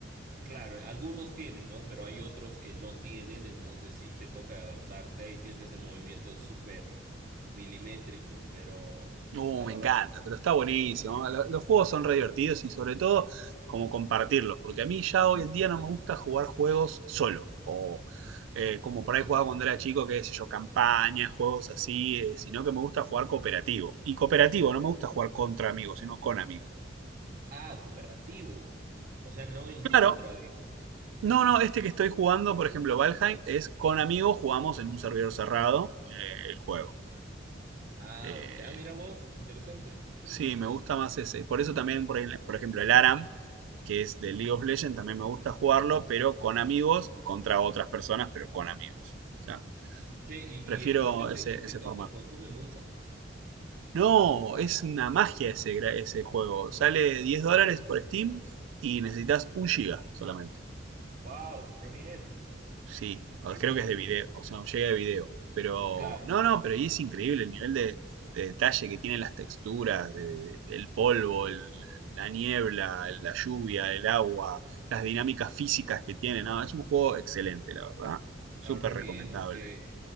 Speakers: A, on the right; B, on the right.
A: claro, algunos tienen, ¿no? Pero hay otros que no tienen, entonces sí te toca adaptarte y tienes que hacer movimientos súper eh, milimétricos, pero,
B: Uh,
A: pero
B: me encanta,
A: bueno, es,
B: pero está buenísimo.
A: es costumbre.
B: Lo- Los, juegos son re divertidos y sobre todo como compartirlos, porque a mí ya hoy en día no me gusta jugar juegos solo, o eh, como por ahí jugaba cuando era chico, qué sé yo, campañas, juegos así, eh, sino que me gusta jugar cooperativo. Y cooperativo, no me gusta jugar contra amigos, sino con amigos.
A: Ah, cooperativo. O sea, no en
B: Claro,
A: contra, digamos.
B: no, no, este que estoy jugando, por ejemplo, Valheim, es con amigos, jugamos en un servidor cerrado eh, el juego.
A: Ah,
B: Eh,
A: ok. Ah, mira vos, interesante, interesante.
B: sí, me gusta más ese. Por eso también, por, ahí, por ejemplo, el ARAM. que es de League of Legends, también me gusta jugarlo, pero con amigos, contra otras personas, pero con amigos. O sea,
A: Che, y,
B: prefiero
A: y en cuestión
B: ese,
A: de gráficos,
B: ese formato.
A: ¿te consume mucho?
B: No, es una magia ese, gra- ese juego. Sale 10 dólares por Steam y necesitas un giga solamente.
A: Wow, re bien,
B: Sí, o
A: re
B: creo
A: bien,
B: que es de
A: re
B: video,
A: bien.
B: o sea, llega de video. Pero,
A: Claro,
B: no, no, pero y es increíble el nivel de, de detalle que tienen las texturas, de- de- el polvo, el- la niebla, la lluvia, el agua, las dinámicas físicas que tiene. No, es un juego excelente, la verdad. Súper
A: ah, re
B: recomendable.
A: bien, porque,